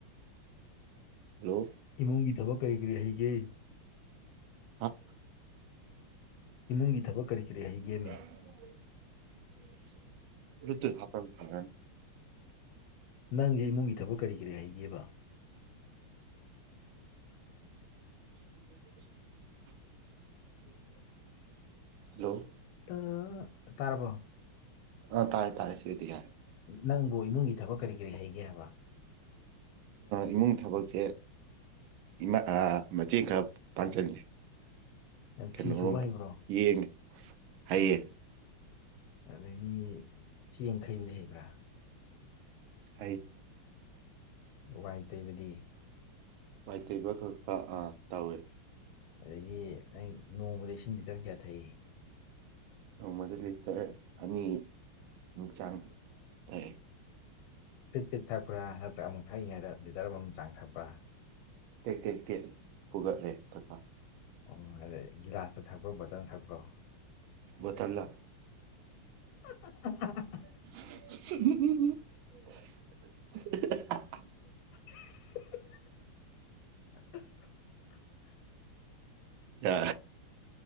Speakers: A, on the right; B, on the left.
A: ꯍꯜꯂꯣ
B: ꯏꯃꯨꯡꯒꯤ ꯊꯕꯛ ꯀꯔꯤ ꯀꯔꯤ ꯍꯩꯒꯦ
A: <unintelligible>
B: ꯏꯃꯨꯡꯒꯤ ꯊꯕꯛ ꯀꯔꯤ ꯀꯔꯤ
A: <unintelligible>
B: ꯍꯩꯒꯦꯃꯤ ꯅꯪꯁꯦ ꯏꯃꯨꯡꯒꯤ ꯊꯕꯛ ꯀꯔꯤ ꯀꯔꯤ ꯍꯥꯏꯒꯦꯕ
A: <unintelligible> <unintelligible> ꯍꯜꯂꯣ
B: ꯑ ꯇꯥꯔꯕꯣ
A: ꯑ ꯇꯥꯔꯦ ꯇꯥꯔꯦ ꯁꯗꯤ ꯌꯥꯔꯦ
B: ꯅꯪꯕꯨ ꯏꯃꯨꯡꯒꯤ ꯊꯕꯛ ꯀꯔꯤ ꯀꯔꯤ ꯍꯩꯒꯦ ꯍꯥꯏꯕ
A: ꯏꯃꯨꯡ ꯊꯕꯛꯁꯦ ꯏꯃꯥ ꯃꯇꯦꯡ ꯈꯔ ꯄꯥꯡꯆꯂꯦ
B: ꯅꯪ
A: ꯀꯩꯅꯣ
B: ꯐꯤ ꯁꯨꯕ ꯍꯩꯕ꯭ꯔꯣ
A: ꯌꯦꯡꯉꯦ ꯍꯩꯌꯦ
B: ꯑꯗꯒꯤ ꯆꯦꯡ ꯍꯩꯕꯗꯤ ꯍꯩꯕ꯭ꯔꯥ
A: ꯍꯥꯏ
B: ꯥꯋꯥꯏ ꯇꯩꯕꯗꯤ
A: ꯋꯥꯏ ꯇꯩꯕ ꯈꯛꯇ ꯑꯥ ꯇꯧꯋꯦ
B: ꯑꯗꯒꯤ ꯅꯪ ꯅꯣꯡꯃꯗ ꯏꯁꯤꯡ ꯂꯤꯇꯔ ꯀꯌꯥ ꯊꯛꯏ
A: ꯅꯣꯡꯃꯗ ꯂꯤꯇꯔ ꯑꯅꯤ ꯆꯥꯡ ꯊꯛꯑꯦ
B: ꯄꯤꯠ ꯄꯤꯠ ꯊꯛꯄ꯭ꯔꯥ ꯅꯠꯇ꯭ꯔꯒ ꯑꯃꯨꯛ ꯊꯛꯏꯉꯩꯗ ꯂꯤꯇꯔ ꯑꯃꯃꯝ ꯆꯥꯡ ꯊꯛꯄ꯭ꯔꯥ
A: ꯇꯦꯛ ꯇꯦꯛ ꯇꯦꯛ ꯄꯨꯒꯠꯂꯦ <unintelligible>
B: ꯑꯣ ꯑꯗꯩ ꯒꯤꯂꯥꯁꯇ ꯊꯛꯄ꯭ꯔꯣ ꯕꯇꯜ ꯊꯛꯄ꯭ꯔꯣ
A: ꯕꯣꯇꯜꯗ
B: <unintelligible>
A: <unintelligible>
B: <unintelligible>
A: ꯌꯥ